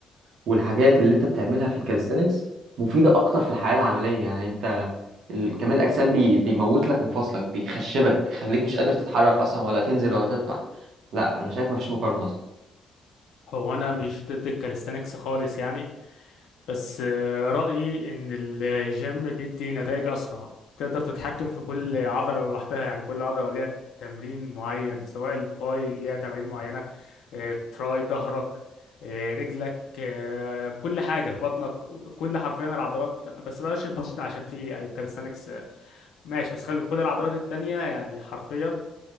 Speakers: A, on the right; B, on the left.
A: والحاجات اللي انت بتعملها في الكاليستانكس مفيده اكتر في الحياه العمليه يعني انت ال- كمال الاجسام بي... بيموت لك مفاصلك بيخشبك بيخليك مش قادر تتحرك اصلا ولا تنزل ولا تطلع لا انا شايف مفيش مقارنه اصلا
B: هو انا مش ضد الكاليستانكس خالص يعني بس آه، رأيي ان الجيم بيدي نتائج اسرع تقدر تتحكم في كل عضلة لوحدها يعني كل عضلة ليها تمرين معين سواء الباي ليها تمارين معينة آه، تراي ظهرك آه، رجلك آه، كل حاجة بطنك كل حرفيا العضلات بتا... بس بلاش البطن عشان في كاليستانكس ماشي بس خلي كل العضلات التانية يعني حرفيا